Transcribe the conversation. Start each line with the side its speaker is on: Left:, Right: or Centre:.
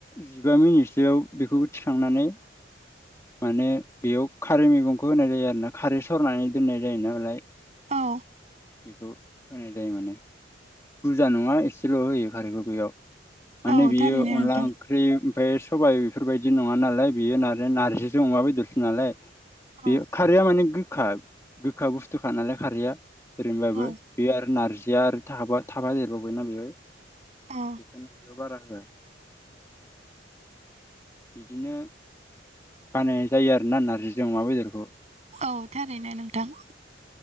Left: जिबा मिनिटसोआव बेखौबो थिखांनानै माने बेयाव खारै मैगंखौ होनाय जायो आरोना खारै सरनानै दोननाय जायो नालाय
Right: औ
Left: बेखौ होनाय जायो माने बुरजा नङा एसेल' होयो खारैखौ बेैयाव माने
Right: औ
Left: बियो
Right: थारैनो
Left: अनला
Right: नोंथां।
Left: ओंख्रि ओमफ्राय सबाइ बेफोरबायदि नङा नालाय बियो नानो नारजिजों अमा बेदरसो नालाय
Right: औ
Left: बेयो खारैया माने गो खा गोखा बुस्थुखा नालाय खारैया ओरैनोबाबो
Right: औ
Left: बे आरो नारजि जिया आरो थाब थाबा देरबावबायना बेयो बेखायनो
Right: औ
Left: बेङाव बारा होआ बिदिनो बानायनाय जायो आरोना नारजिजों अमा बेदरखौ।
Right: औ थारैनो नोंथां।